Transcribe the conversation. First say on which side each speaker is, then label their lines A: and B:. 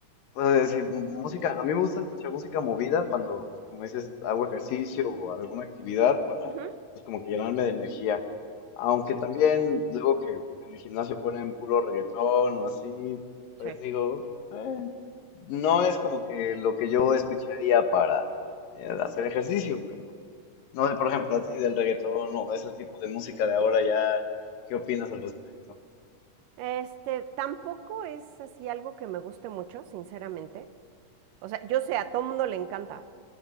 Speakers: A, on the left; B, on the right.
A: Pues decir, música, a mí me gusta escuchar música movida cuando, como dices, hago ejercicio o alguna actividad para,
B: Ujú,
A: pues como que llenarme de energía. Aunque también luego que en el gimnasio ponen puro reggaetón o así,
B: Sí.
A: pues digo, "Eh, no es como que lo que yo escucharía para eh, hacer ejercicio, pero no sé, por ejemplo, así del reggaetón o ese tipo de música de ahora ya, ¿qué opinas al respecto?
B: Este, tampoco es así algo que me guste mucho, sinceramente. O sea, yo sé, a todo mundo le encanta,